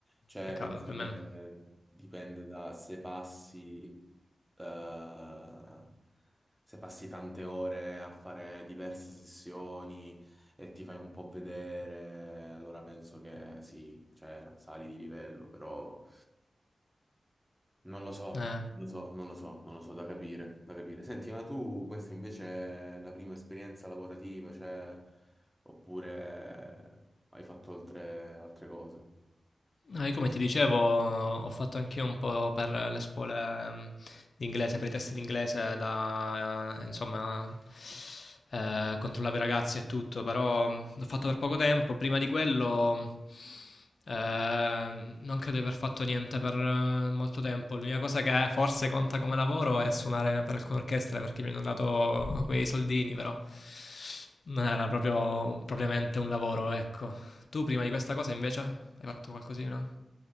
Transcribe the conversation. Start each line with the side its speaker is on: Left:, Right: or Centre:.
Centre: Cioè,
Left: peccato,
Centre: penso
Left: almeno.
Centre: che eh, dipende da se passi, eh, se passi tante ore a fare diverse sessioni e ti fai un po' vedere, allora penso che sì, cioè sali di livello, però non lo so,
Left: Eh,
Centre: non lo so, non lo so, non lo so, da capire, da capire. Senti, ma tu questa invece è la prima esperienza lavorativa, cioè, oppure hai fatto altre altre cose?
Left: No, io come ti dicevo, ho fatto anch'io un po' per le scuole mh, di inglese, per i test di inglese, da, eh, insomma, eh, controllavo i ragazzi e tutto, però mh, l'ho fatto per poco tempo. Prima di quello, eh, non credo di aver fatto niente per eh, molto tempo. L'unica cosa che forse conta come lavoro è suonare per alcune orchestre, perché mi hanno dato quei soldini, però non era proprio propriamente un lavoro, ecco. Tu prima di questa cosa invece hai fatto qualcosina?